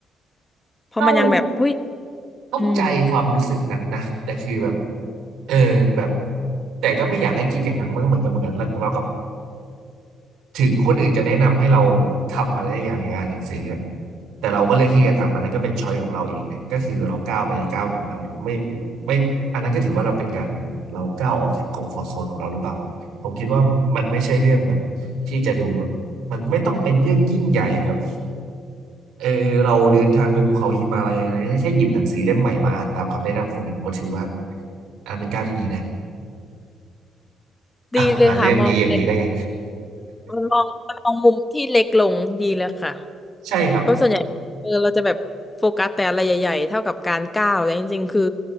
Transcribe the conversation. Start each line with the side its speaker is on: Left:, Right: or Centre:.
Left: เพราะมันยังแบบหุ้ย
Right: เข้าเข้าใจความรู้สึกนั้นนะแต่คือแบบ
Left: อืม
Right: เออแบบแต่ก็ไม่อยากให้คิดอย่างนั้นมันก็เหมือนกับเหมือนเราเรากลับ ถึงคนอื่นจะแนะนำให้เราทำอะไรอย่างอย่างอ่านหนังสือกันแต่เราก็เลือกที่จะทำอันนั้นก็เป็นช้อยของเราเองเนี่ยก็คือเราก้าวไปก้าวหนึ่งเราไม่ไม่อันนั้นก็ถือว่าเราเป็นการเราก้าวออกจากคอมฟอร์ z โซนของเราหรือเปล่าผมคิดว่ามันไม่ใช่เรื่องแบบที่จะดูแบบมันไม่ต้องเป็นเรื่องยิ่งใหญ่แบบเออเราเดินทางไปภูเขาหิมาลัยอะไรเงี้ยแค่หยิบหนังสือเล่มใหม่มาอ่านตามคำแนะนำของคนหนึ่งก็ถือว่าอันเป็นก้าวที่ดีนะอ่ะมาเรื่องนี้อย่างนี้ได้ไง
Left: ดีเลยค่ะมองอะไรมันมองมันมองมุมที่เล็กลงดีเลยค่ะ
Right: ใช่ครับ
Left: เพราะส่วนใหญ่เออเราจะแบบโฟกัสแต่อะไรใหญ่ๆเท่ากับการก้าวแต่จริงๆคือ